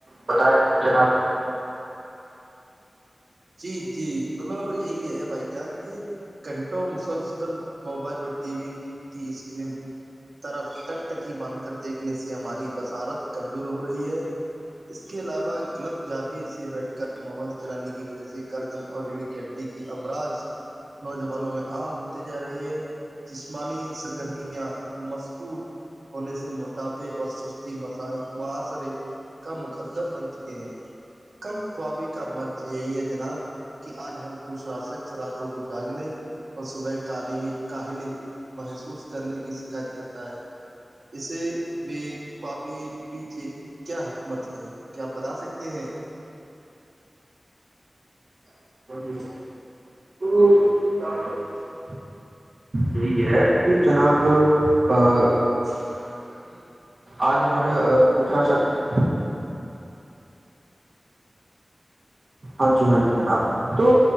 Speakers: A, on the right; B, on the right.
A: بتائیں جناب
B: جی جی مطلب یہی ہے بھائی جان کے گھنٹوں مسلسل موبائل اور ٹی وی کی اسکرین طرف ٹک ٹکی باندھ کر دیکھنے سے ہماری بصارت کمزور ہو رہی ہے اس کے علاوہ غلط جاویے سے بیٹھ کر موبائل چلانے کی وجہ سے گدن اور ریڑھ کے اڈے کی امراض نوجوانوں میں عام ہوتی جا رہی ہے جسمانی سرگرمیاں مسکوط ہونے سے موٹاپے اور سستی م محاصرے کا مقدر بن چکے ہیں کم خوابی کا مرض یہی ہے جناب کہ آج ہر دوسرا شخص راتوں کو جاگنے اور صبح کالی ہی کاہلی محسوس کرنے کی شکایت کرتا ہے اسے ب خواب پیچھے کیا حکمت ہے کیا آپ بتا سکتے ہیں
A: <inaudible> یہی ہے کہ جناب ا
B: <inaudible>
A: <inaudible> آج ہر دوسرا شخص ہاں جی ہاں جی جناب تو